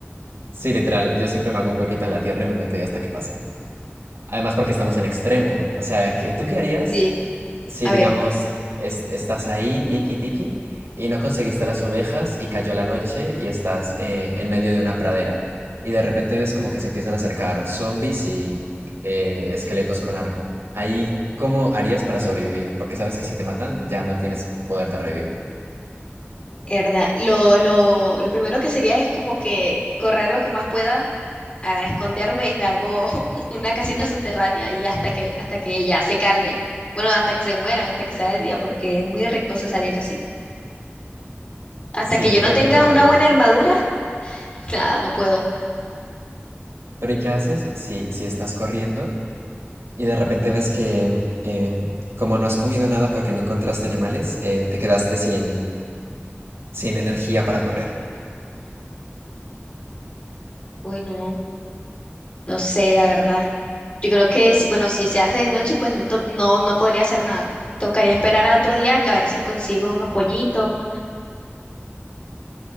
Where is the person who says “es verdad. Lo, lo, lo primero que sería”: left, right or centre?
Left